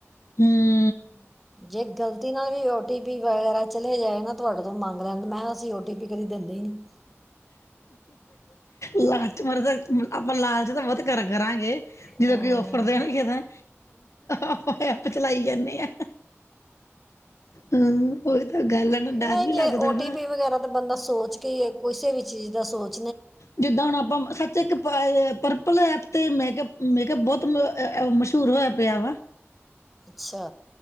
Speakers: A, on the left; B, in the centre.
A: ਹਮ
B: ਜੇ ਗ਼ਲਤੀ ਨਾਲ ਵੀ ਓ ਟੀ ਪੀ ਵਗੈਰਾ ਚਲੇ ਜਾਏ ਨਾ ਤੁਹਾਡੇ ਤੋਂ ਮੰਗ ਲੈਣ ਮੈਂ ਕਿਹਾ ਅਸੀਂ ਓ ਟੀ ਪੀ ਕਦੀ ਦਿੰਦੇ ਹੀ ਨੀ
A: ਲਾਲਚ ਮਾਰੇ ਆਪਾਂ ਲਾਲਚ ਤਾਂ ਬਹੁੱਤ ਕਰ ਕਰਾਂਗੇ ਜਦੋਂ
B: ਅਮ,
A: ਕਿ ਔਫਰ ਦੇਣਗੇ ਤਾਂ ਆਪਾਂ ਆਪ ਚਲਾਈ ਜਾਂਦੇ ਆ ਹਮ ਉਹੀ ਤਾਂ ਗੱਲ ਹੈ ਨਾ ਡੱਰ
B: ਨਹੀਂ
A: ਵੀ ਲੱਗਦਾ
B: ਜੇ ਓਟੀਪੀ
A: ਨਾ
B: ਵਗੈਰਾ ਤਾਂ ਬੰਦਾ ਸੋਚ ਕੇ ਹੀ ਕਿਸੇ ਵੀ ਚੀਜ਼ ਦਾ ਸੋਚ
A: ਜਿੱਦਾਂ ਹੁਣ ਆਪਾਂ ਇੱਕ ਪਰਪਲ ਐਪ 'ਤੇ ਮੇਕਅੱਪ ਮੇਕਅੱਪ ਬਹੁੱਤ ਮਸ਼ਹੂਰ ਹੋਇਆ ਪਿਆ ਵਾ
B: ਅੱਛਾ